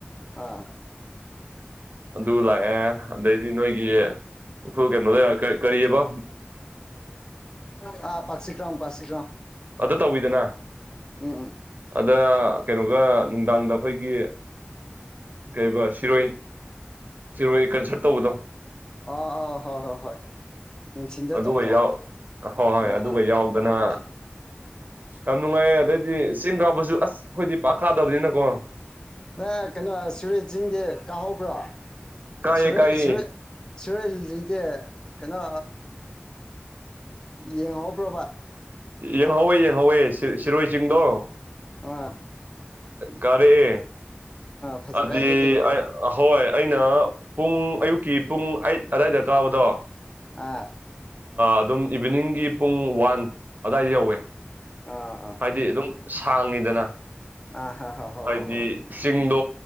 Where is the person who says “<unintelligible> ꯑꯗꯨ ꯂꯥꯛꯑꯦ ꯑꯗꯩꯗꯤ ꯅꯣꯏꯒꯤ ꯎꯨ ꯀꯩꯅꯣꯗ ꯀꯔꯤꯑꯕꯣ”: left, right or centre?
Right